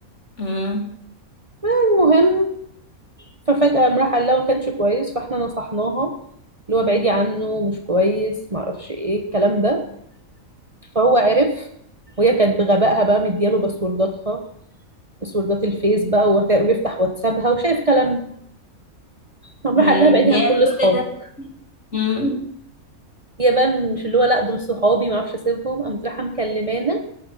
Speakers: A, on the left; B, on the right.
A: امم
B: المهم ففجأة قام راح قال لها ما كانش كويس فاحنا نصحناها اللي هو ابعدي عنه مش كويس معرفش ايه الكلام ده فهو عرف وهي كانت بغبائها بقى مدياله باسورداتها باسوردات الفيس بقى وبيفتح واتسابها وشايف كلام قام
A: امم
B: راح قال لها ابعدي
A: يا
B: عن كل
A: كل
B: اصحابك
A: ده امم
B: هي بقى مش اللي هو لا دول صحابي ما اعرفش اسيبهم قامت رايحه مكلمانا